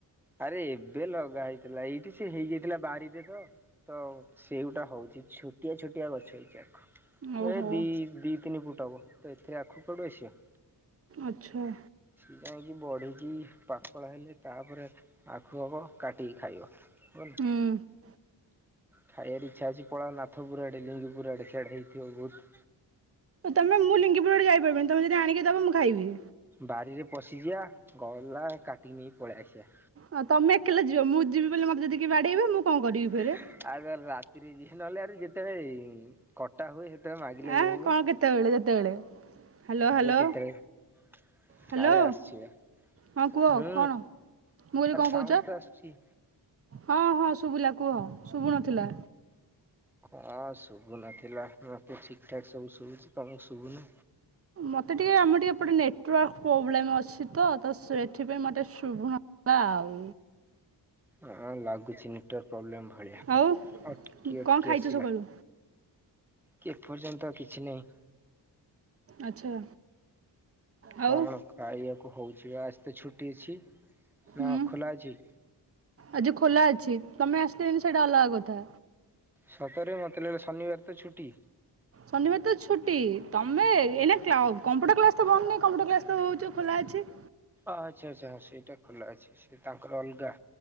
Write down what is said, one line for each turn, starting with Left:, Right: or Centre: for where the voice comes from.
Centre: ଆରେ ଏବେ ଲଗା ହେଇଥିଲା ଏଇଠି ସେ ହେଇଯାଇଥିଲା ବାରିରେ ତ। ତ ସେଇଗଟା ହଉଛି ଛୋଟିଆ ଛୋଟିଆ ଗଛ ହେଇଛି ଆଖୁ।
Right: ଓହୋ।
Centre: ଏ ଦି ଦି ତିନି ଫୁଟ ହବ ତ ଏଥିରେ ଆଖୁ କଆଡୁ ଆସିବ?
Right: ଆଚ୍ଛା।
Centre: ସି ଯାଇକି ବଢିକି ପାଖଳ ହେଲେ ତାପରେ ଆଖୁ ହବ କାଟିକି ଖାଇବ ବୁ
Right: ହୁଁ
Centre: ଖାଇବାର ଇଚ୍ଛା ଅଛି। ପଲା ନାଥ ପୁରା ଆଡେ ଲିଙ୍ଗି ପୁରା ଆଡେ ସିଆଡେ ହେଇଥିବ ବହୁତ
Right: ତମେ ମୁଁ ଲିଙ୍ଗପୁର ଆଡ଼େ ଯାଇପାରିବିନି ତମେ ଯଦି ଆଣିକି ଦବ ମୁଁ ଖାଇବି।
Centre: ବାରିରେ ପଶିଯିବା ଗଲା କାଟି ନେଇ ପଳେଇ ଆସିବା।
Right: ହଁ ତମେ ଏକେଲା ଯିବ ମୁଁ ଯିବି ବୋଲି ମତେ ଯଦି କିଏ ବାଡେଇବ ମୁଁ କଣ କରିବି ଫେରେ?
Centre: ଆଉ ତାହେଲେ ରାତିରେ ଯିଏ ନହେଲେ ଆ ଯେତେବେଳେ, କଟା ହୁଏ ସେତେବେଳେ ମାଗିଲେ
Right: ଆଁ
Centre: ଦେବିନି
Right: କଣ କେତେବେଳେ ଯେତେବେଳେ ହ୍ୟାଲୋ
Centre: ଆରେ
Right: ହ୍ୟାଲୋ
Centre: କେତେବେଳେ,
Right: ହ୍ୟାଲୋ
Centre: କାଳେ ଆସିବା
Right: ହଁ କୁହ
Centre: ହୁଁ।
Right: କଣ ମୁଁ କହିଲି
Centre: ଆ
Right: କଣ
Centre: ରେ ସାଉଣ୍ଡ
Right: କହୁଛ?
Centre: ତ ଆସୁଛି।
Right: ହଁ ହଁ ଶୁଭିଲା କୁହ ଶୁଭୁ ନଥିଲା।
Centre: ହଁ ଶୁଭୁନଥିଲା ମତେ ଠିକ ଠାକ ସବୁ ଶୁଭୁଛି ତମକୁ ଶୁଭୁନି।
Right: ମୋତେ ଟିକେ ଆମର ଟିକେ ଏ ପଟେ ନେଟୱାର୍କ ପ୍ରୋବ୍ଲେମ୍ ଅଛି ତ ସେଥିପାଇଁ ମୋତେ ଶୁଭୁ ଆଉ
Centre: ହଁ ଲାଗୁଛି ନେଟୱାର୍କ ପ୍ରୋବ୍ଲେମ୍ ଭଳିଆ
Right: ଆଉ
Centre: ଅଟକି ଅଟକି
Right: କଣ ଖାଇଛ
Centre: ଆସିଲା।
Right: ସକାଳୁ
Centre: କି ଏପର୍ଯ୍ୟନ୍ତ କିଛି ନାହିଁ।
Right: ଆଚ୍ଛା। ଆଉ
Centre: କଣ ଖାଇବାକୁ ହଉଛି ଆଜି ତ ଛୁଟି ଅଛି
Right: ହୁଁ
Centre: ନା ଖୋଲା ଅଛି?
Right: ଆଜି ଖୋଲା ଅଛି ତମେ ଆସିଲେ ଯେ ସେଇଟା ଅଲଗା କଥା।
Centre: ସତରେ ମତେ ଲାଗେ ଶନିବାର ତ ଛୁଟି।
Right: ଶନିବାର ତ ଛୁଟି ତମେ ଏଇନା କା କମ୍ପ୍ୟୁଟର କ୍ଲାସ ତ ବନ୍ଦ ନୁହଁ କମ୍ପୁଟର କ୍ଲାସ ତ ହଉ ଖୋଲା ଅଛି।
Centre: ଅ ଆଚ୍ଛା ଆଚ୍ଛା। ସେଇଟା ଖୋଲା ଅଛି ସେ ତାଙ୍କର ଅଲଗା।